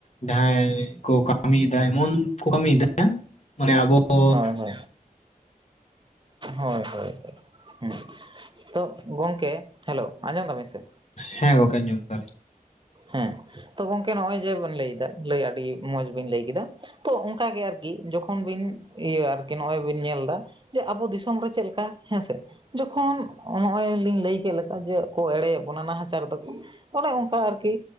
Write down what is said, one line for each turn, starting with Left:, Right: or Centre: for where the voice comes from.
Left: ᱡᱟᱦᱟᱸᱭ ᱠᱚ ᱠᱟᱢᱤᱭᱫᱟ ᱮᱢᱚᱱ ᱠᱚ ᱠᱟᱹᱢᱤᱭᱫᱟ ᱮ ᱢᱟᱱᱮ ᱟᱵᱚ ᱼᱼ
Right: ᱦᱳᱭ ᱦᱳᱭ ᱦᱳᱭ ᱦᱳᱭ ᱛᱚ ᱜᱚᱢᱠᱮ ᱦᱮᱞᱳ ᱟᱸᱡᱚᱢ ᱫᱟᱵᱤᱱ ᱥᱮ
Left: ᱦᱮᱸ ᱜᱚᱝᱠᱮ ᱟᱸᱡᱚᱢᱚᱜ <unintelligible>
Right: ᱦᱮᱸ ᱛᱚ ᱜᱚᱝᱠᱮ ᱱᱚᱜ-ᱚᱭ ᱡᱮ ᱵᱤᱱ ᱞᱟᱹᱭᱮᱫᱟ, ᱞᱟᱹᱭ ᱟᱹᱰᱤ ᱢᱚᱸᱡᱽ ᱵᱤᱱ ᱞᱟᱹᱭ ᱠᱮᱫᱟ, ᱛᱚ ᱚᱱᱠᱟᱜ ᱜᱮ ᱟᱨᱠᱤ ᱡᱚᱠᱷᱚᱱ ᱵᱤᱱᱼᱼ ᱤᱭᱟᱹ ᱟᱨᱠᱤ ᱱᱚᱜᱼᱚᱭ ᱵᱤᱱ ᱧᱮᱞ ᱫᱟ ᱡᱮ ᱟᱵᱚ ᱫᱤᱥᱚᱢ ᱨᱮ ᱪᱮᱫ ᱞᱮᱠᱟ ᱦᱮᱸᱥᱮ ᱡᱚᱠᱷᱚᱱ ᱱᱚᱜᱼᱚᱭ ᱞᱤᱧ ᱞᱟᱹᱭ ᱠᱮᱜ ᱞᱮᱠᱟ ᱡᱮ ᱠᱚ ᱮᱲᱮᱭᱮᱫ ᱵᱚᱱᱟ ᱱᱟᱦᱟᱪᱟᱨ ᱫᱚᱠᱩ ᱚᱱᱮ ᱚᱱᱠᱟ ᱟᱨ ᱠᱤ